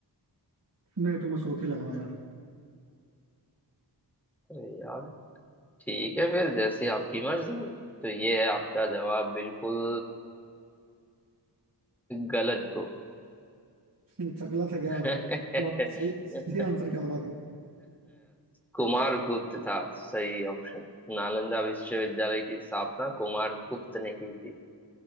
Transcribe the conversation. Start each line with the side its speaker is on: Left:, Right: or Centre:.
Right: नहीं तुम अशोक ही लगाओ यार
Centre: अरे यार ठीक है फिर जैसी आपकी मर्जी तो ये है आपका जवाब बिल्कुल गलत ब्रो
Right: अच्छा गलत है क्या
Centre: <laughs>
Right: क्या सही सही आंसर क्या होगा फिर
Centre: कुमार गुप्त था सही ऑप्शन नालंदा विश्वविद्यालय की स्थापना कुमार गुप्त ने की थी